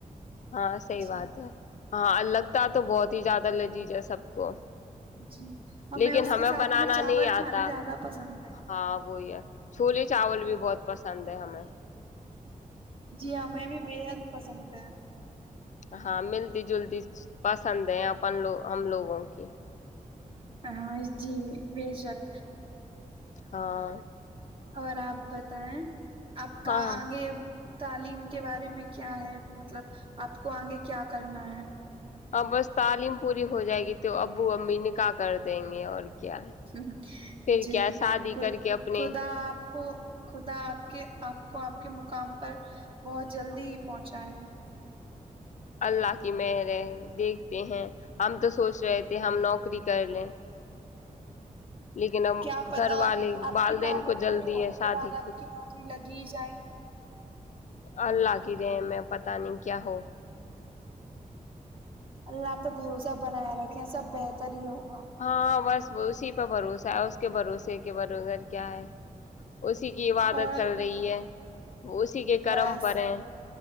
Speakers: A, on the left; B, on the right.
A: ہاں صحی
B: جی
A: بات ہے ہاں لگتا ہے تو بہت ہی زیادہ لذیذ ہے سب کو
B: جی
A: لیکن
B: اس
A: ہمیں
B: کے ساتھ
A: بنانا
B: میں چاول
A: نہیں
B: کھانا
A: آتا
B: زیادہ پسند ہے
A: ہاں وہی ہے چھولی چاول بھی بہت پسند ہے ہمیں
B: جی ہاں ہمیں بھی بےحد پسند ہے
A: ہاں ملتی جلتی پسند ہے اپن لوگ ہم لوگوں کی
B: ہاں جی بے شک
A: ہاں
B: اور آپ بتائیں آپ کا
A: ہاں
B: آگے تعلیم کے بارے میں کیا ہے مطلب آپ کو آگے کیا کرنا ہے
A: ہاں بس تعلیم پوری ہو جائے گی تو ابو ابمی نکاح کر دیں گے اور کیا ہے
B: ہ
A: پھر
B: جی
A: کیا شادی
B: خ
A: کر کے اپنے
B: خدا آپ کو خدا آپ کے آپ کو آپ کے کام پر بہت جلدی ہی پہنچا ہے
A: اللہ کی مر ہے دیکھتے ہیں ہم تو سوچ رہے تھے ہم نوکری کر لیں لیکن اب
B: کیا پتا
A: گھر والے
B: آپ
A: والدین
B: کی تعلیم
A: کو
B: پوری
A: جلدی
B: ہونے
A: ہے شادی
B: کے بعد آپ کی نوکری لگی جی جائ
A: اللہ کی رہے میں پتاہ نہیں کیا ہو
B: اللہ آپ پہ بھروسہ بنایا رکھے سب بہتر ہی ہوگ
A: ہاں بس اسی پہ بھروسہ ہے اس کے بھروسے کے برور کیا ہے اسی کی عبادت
B: اور
A: چل رہی ہے وہ اسی کے کرم
B: بس
A: پر ہیں